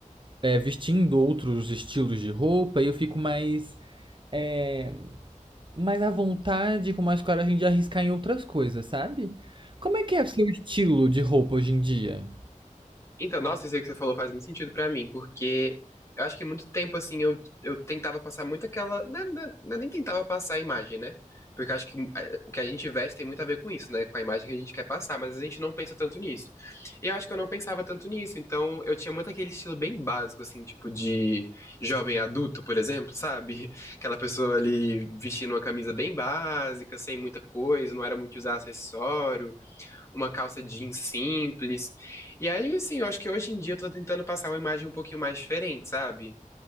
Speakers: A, on the right; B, on the left.
A: é, vestindo outros estilos de roupa e eu fico mais é, mais à vontade, com mais coragem de arriscar em outras coisas, sabe? Como é que é o seu estilo de roupa hoje em dia?
B: Então, nossa, isso aí que você falou faz muito sentido pra mim, porque eu acho que muito tempo, assim, eu, eu tentava passar muito aquela. Não, é- não é- não é nem tentava passar a imagem, né? Porque eu acho que eh, o que a gente veste tem muito a ver com isso, né? Com a imagem que a gente quer passar, mas a gente não pensa tanto nisso. E eu acho que eu não pensava tanto nisso, então eu tinha muito aquele estilo bem básico, assim, tipo de jovem adulto, por exemplo, sabe? <laughs> Aquela pessoa ali vestindo uma camisa bem básica, sem muita coisa, não era muito usar acessório uma calça jeans simples. E aí, assim, eu acho que hoje em dia eu tô tentando passar uma imagem um pouquinho mais diferente, sabe?